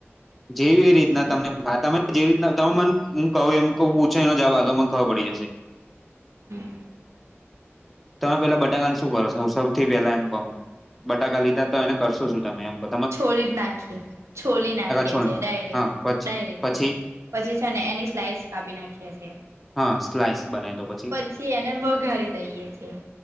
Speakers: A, in the centre; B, on the right.
A: જેવી રીતના તમને તને જેવી રીતના તમે મને કહું એમ કઉ પૂછો એનો જવાબ આપ હવે મને ખબર પડી જશે.
B: હમ્મ.
A: તમે પેલા બટાકાને શું કરો છો સૌથી પેલા એમ કહો ને બટાકા લીધા તો એને કરશો શું તમે એમ કો
B: છોલી જ નાખીએ છોલી નાખીએ
A: છોલ
B: છીએ ડાયરેક્ટ
A: હા પછી
B: ડાયરેક્ટ
A: પછી
B: પછી છે ને એની સ્લાઇસ કાપી નાખીએ છીએ
A: હા સ્લાઇસ બનાવી દો પછી
B: પછી એને વઘારી દઈએ છીએ